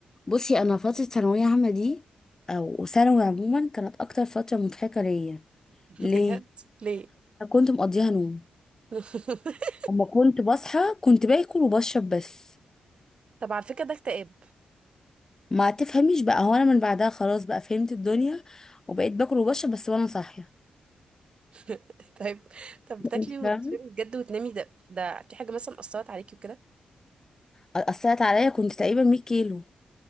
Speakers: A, on the left; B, on the right.
A: بصي انا فترة ثانوية عامة دي او ثانوي عموما كانت اكتر فترة مضحكة ليا
B: <laughs>
A: ليه
B: بجد ليه
A: أنا كنت مقضيها نوم
B: <laughs>
A: اما كنت بصحى كنت باكل وبشرب بس
B: طب على فكرة ده اكتئاب
A: ما تفهميش بقى هو انا من بعدها خلاص بقى فهمت الدنيا وبقيت باكل وبشرب بس وانا صاحيه
B: <laughs> طيب طب بتاكلي
A: انت
B: وبتشربي
A: فاهمه
B: بجد وتنامي ده ده في حاجة مثلا أثرت عليكي وكده
A: اثرت عليا كنت تقريبا 100 كيلو